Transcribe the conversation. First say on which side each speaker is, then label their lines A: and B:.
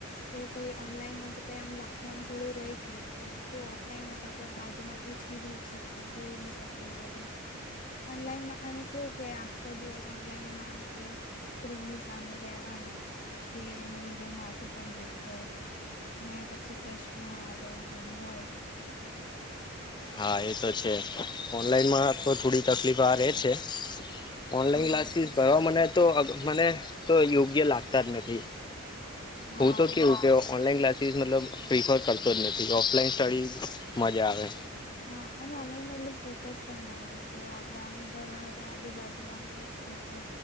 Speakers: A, on the left; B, on the left.
A: કે કઈ ઓનલાઈન માં તો કઈ આમ લખવાનું થોડું રહી ગયું કે ઓફલાઈનમાં તો આપડે બાજુમાં પૂછી બી શકે જોઈ બી શકે એવ બધું ઓનલાઈનમાં અને કેવું કે આખો દિવસ ઓનલાઈનમાં આપેડે સ્ક્રીનની સામે રેવાનું પછી એના લીધે માથું પણ દુઃખ ને પછી ચશ્મા આવે એવ હોય
B: હા એ તો છે ઓનલાઈનમાં તો થોડી તકલીફ આ રે છે. ઓનલાઈન
A: હા
B: ક્લાસીસ ભરવા મને તો મને તો યોગ્ય લાગતા જ નથી
A: હા
B: હું તો કેવું કે ઓનલાઈન ક્લાસીસ મતલબ પ્રિફર કરતો જ નથી ઓફલાઈન સ્ટડી મજા આવે.
A: હા અને આનંદ મેલો <unintelligible> પણ નારે કે આપડે <unintelligible> આમ ઘરવાય તો આજુબાજુ આમ કઈકકરે